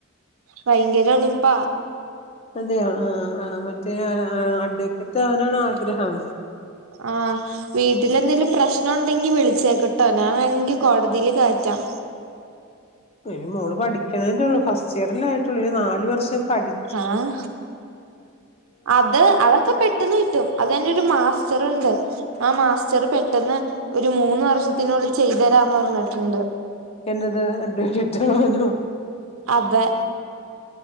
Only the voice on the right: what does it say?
ഭയങ്കര എളുപ്പാ
ആഹ് വീട്ടില് എന്തെങ്കിലും പ്രശ്നം ഉണ്ടെങ്കിൽ വിളിച്ചേക്ക്ട്ടോ ഞാൻ വേണെങ്കിൽ കോടതില് കേറ്റം
ആഹ് അത് അതൊക്കെ പെട്ടൊന്ന് കിട്ടും അതെന്റെ ഒരു മാസ്റ്ററുണ്ട് ആ മാസ്റ്റർ പെട്ടെന്ന് ഒരു മൂന്ന് വർഷത്തിനുള്ളിൽ ചെയ്തരാന്ന് പറഞ്ഞിട്ടുണ്ട്
അതെ